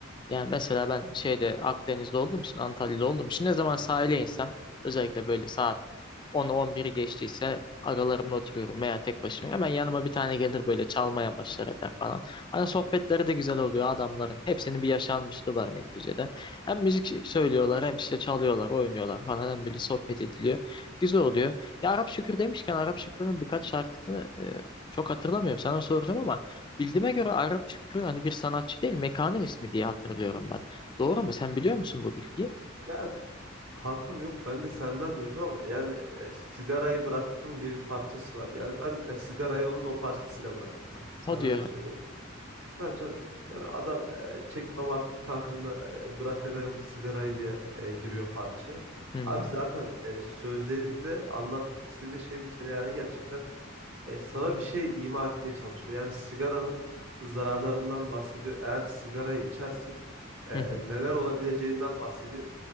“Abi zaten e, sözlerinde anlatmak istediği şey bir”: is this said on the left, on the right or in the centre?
Right